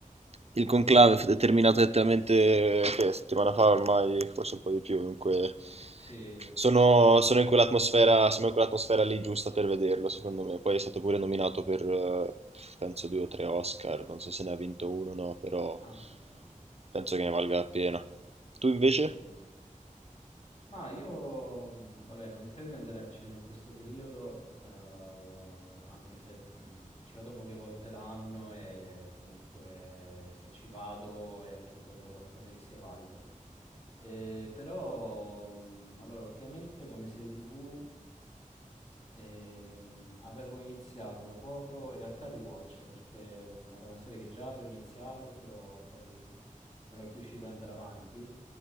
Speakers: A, on the right; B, on the left.
A: il conclave è terminato esattamente che settimana fa ormai, forse un po' di più, dunque
B: Sì,
A: sono,
B: sì, sì, sì.
A: sono in quell'atmosfera, siamo in quell'atmosfera lì giusta per vederlo, secondo me. Poi è stato pure nominato per, eh, penso, due o tre Oscar, non so se ne ha vinto uno o no, però
B: Ah, tra l'altro.
A: penso che ne valga la pena. Tu invece?
B: Sì. Ma io, mh, vabbè, non credo di andare al cinema in questo periodo, eh, anche se mh, ci vado poche volte l'anno e comunque se ci vado è per guardare qualcosa che sia valido. Eh, però, mh, allora, ultimamente come serie TV ehm, avevo iniziato da poco, in realtà Rewatch, perché mh, era una serie che già avevo iniziato, però poi non ero più riuscito ad andare avanti